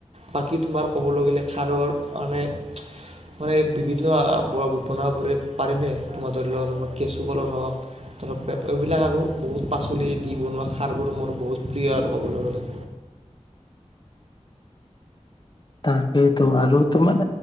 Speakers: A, on the right; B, on the left.
A: বাকী তোমাৰ ক'বলৈ গ'লে খাৰৰ মানে মানে বিভিন্ন বনাবৰে পাৰেনে তোমাৰ ধৰি লত কেঁচু কলৰ হওঁক ধৰক এইবিলাক আৰু বহুত পাচলি দি বনোৱা খাৰবোৰ মোৰ বহুত প্ৰিয় আৰু ক'বলৈ গ'লে।
B: তাকেইেতো আৰু তোমাৰ